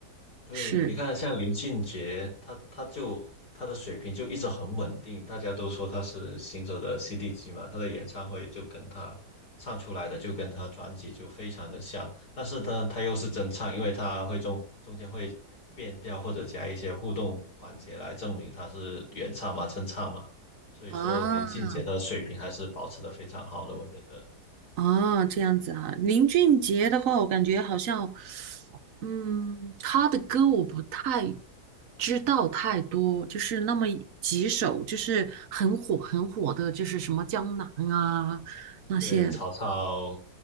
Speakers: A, on the left; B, on the right.
A: 对，
B: 是
A: 你看像林俊杰，他他就他的水平就一直很稳定，大家都说他是行走的 CD 机嘛，他的演唱会就跟他唱出来的就跟他专辑就非常的像，但是呢，他又是真唱，因为他会中中间会变调或者加一些互动环节来证明他是原唱嘛，真唱嘛，所以说林俊杰的水平还是保持的非常好的，
B: 啊
A: 我觉得。
B: 啊，这样子啊，林俊杰的话，我感觉好像。嗯，他的歌我不太知道太多，就是那么几首，就是很火很火的，就是什么江南啊那些。
A: 对，曹操